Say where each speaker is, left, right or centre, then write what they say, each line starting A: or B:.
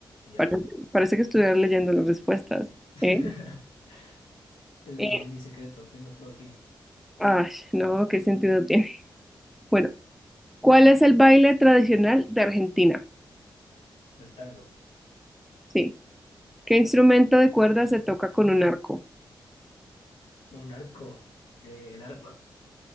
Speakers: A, on the left (about 90°); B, in the centre.
A: ya.
B: Pare- Parece, que estuvieras leyendo las respuestas.
A: <laughs>
B: ¿eh?
A: Es mi,
B: Eh,
A: es mi secreto, tengo todo aquí.
B: ay, no, ¿qué sentido tiene? Bueno, ¿cuál es el baile tradicional de Argentina?
A: El tango,
B: Sí. ¿Qué instrumento de cuerda se toca con un arco?
A: un arco, eh, el arpa,